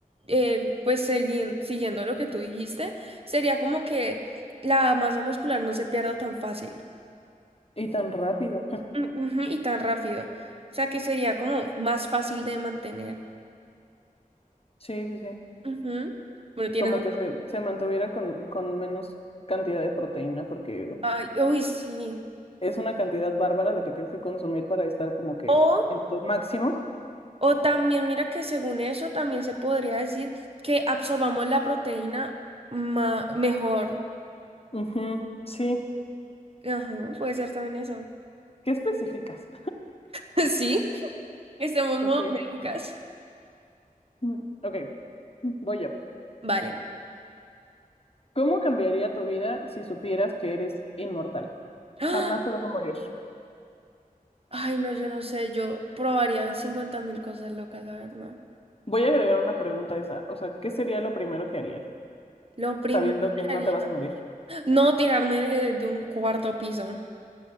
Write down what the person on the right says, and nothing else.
eh, pues segui- siguiendo lo que tú dijiste, sería como que la masa muscular no se pierda tan fácil.
Mm, ujú, y tan rápido. O sea que sería como más fácil de mantener.
Ujú. Bueno, tienes...
otro-
Ay, uy, sí.
O,
o también, mira que según eso también se podría decir que absorbamos la proteína ma- mejor.
Ajá, puede ser también eso.
<laughs> Sí, estamos modo
médicas.
Vale.
¡Ah!
Ay, no, yo no sé, yo probaría cincuenta mil cosas locas, la verdad.
Lo primero
que
haría,
no tirarme de de un cuarto piso.